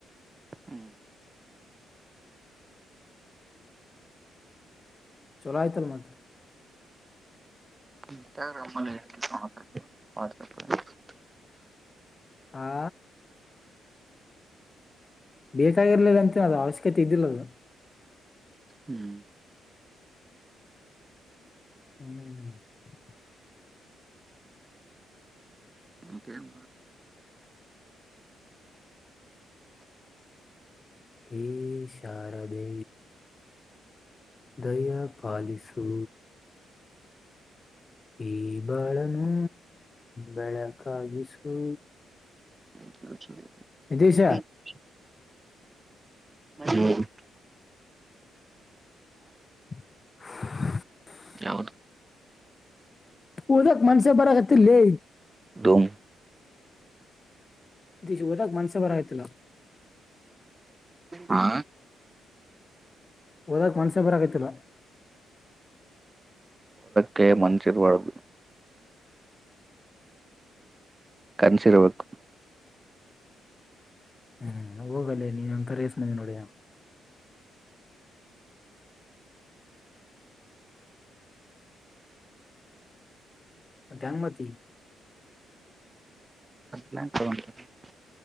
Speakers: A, on the right; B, on the left.
A: ಹ್ಮ್
B: ಚಲಾಯತಲ್ಲಮದು
A: ಇನ್ಸ್ಟಾಗ್ರಾಮಲ್ಲಿ ಎ ವಾಟ್ಸಆಪ್
B: ಹಾ ಬೇಕಾಗಿರ್ಲಿಲ್ಲ ಅಂತ ಅದು ಅವಶ್ಯಕತೆ ಇದ್ದಿಲ್ಲದು
A: ಹ್ಮ್
B: ಹ್ಮ್್ಮ
A: ಮತ್ತೇನ್
B: ಹ ಶಾರದೆಿ ದಯ ಪಾಲಿಸು ಈ ಬಾಳನೂ ಬೆಳಕಾಗಿಸು
A: <inaudible>
B: ನಿತೇಶ
A: ಹ್ಮ್
B: <inaudible>
A: ಯಾವ್ದು
B: ಉದಕ್ ಮನುಷಪರಗತಿ ಲೇ
A: ಧೂಮ್
B: ಇ ಶಿವದಾಗ ಮಾನ್ಸ ಬರಯತಲ್ಲ
A: ಹಾ
B: ಹಓದ ಮನ್ಸೇಪರ್ ಆಗತಿಲ್ಲ
A: ಕೇ ಮಂಸರ್ವಳದು ಕನ್ಸಿರಬೇಕು
B: ಹ್ಮ್ ಹೋಗಲ್ಲೇ ನೀ ಅಂತರೇಸನವ ನೋಡ ಮಧನುಮತಿ
A: <inaudible>